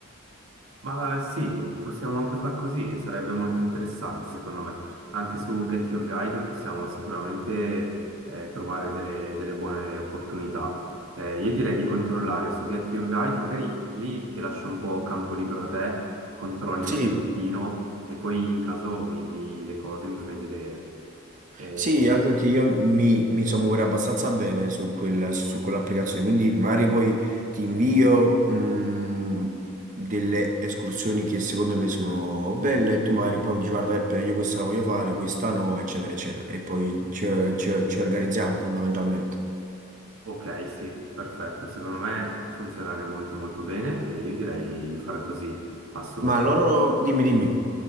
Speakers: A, on the right; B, on the right.
A: Ma eh, sì, possiamo anche far così, e sarebbe molto interessante secondo me. Anche su Get Your Guide possiamo sicuramente eh, trovare delle, delle buone opportunità. Eh, io direi di controllare su Get Your Guide, magari lì ti lascio un po' campo libero a te, controlli
B: Sì,
A: un pochettino e poi in caso mi invii le cose e mi fai vedere. Eh,
B: Sì, anche perché io mi, mi so muovere abbastanza bene su quel- su quell'applicazione, quindi magari poi ti invio mh, delle escursioni che secondo me sono belle e tu magari poi mi dici guarda Peppe, io questa la voglio fare, questa no, eccetera, eccetera. E poi ci, ci- ci organizziamo fondamentalmente.
A: ok, sì, perfetto, secondo me può funzionare molto molto bene e io direi di fare così, assolutamente.
B: Ma loro, dimmi, dimmi.